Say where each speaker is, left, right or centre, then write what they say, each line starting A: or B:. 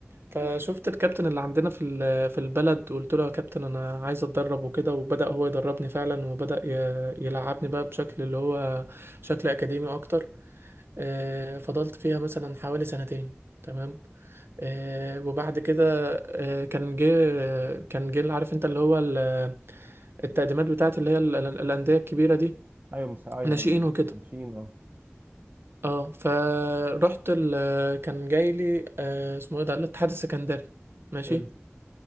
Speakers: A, on the right; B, on the right.
A: فشفت الكابتن اللي عندنا في ال- في البلد وقلت له يا كابتن انا عايز اتدرب وكده وبدأ هو يدربني فعلا وبدأ ي- يلعبني بقى بشكل اللي هو شكل اكاديمي اكتر آه، فضلت فيها مثلا حوالي سنتين تمام آه، وبعد كده آه، كان جه كان جه عارف انت اللي هو ال- التقديمات بتاعت اللي هي ال- ال- الأندية الكبيرة دي
B: ايوه مس... ايوه
A: ناشئين
B: ايوه أيوة.
A: وكده
B: ماشيين اه
A: اه فرحت ال... كان جاي لي آه، اسمه ايه ده الاتحاد السكندري ماشي
B: حلو